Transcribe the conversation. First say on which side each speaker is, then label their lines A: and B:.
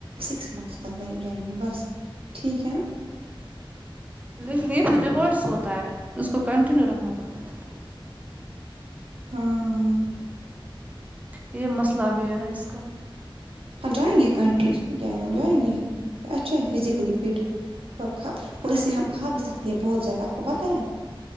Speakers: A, on the right (about 80°); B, on the right (about 15°).
A: سکس منتھس تک جا جائیں گے بس ٹھیک ہے
B: لیکن یہ پھر ریورس ہوتا ہے اس کو کنٹینیو رکھنا پڑتا ہے
A: ہاں
B: یہ مسئلہ بھی ہے نا اس کا
A: ہاں جائیں گے کنٹریز میں کیا ہے جائیں گے اچھا ہے فیزکلی فٹ اور کھا اور اسے ہم کھا بھی سکتے ہیں بہت زیادہ آپ کو پتہ ہے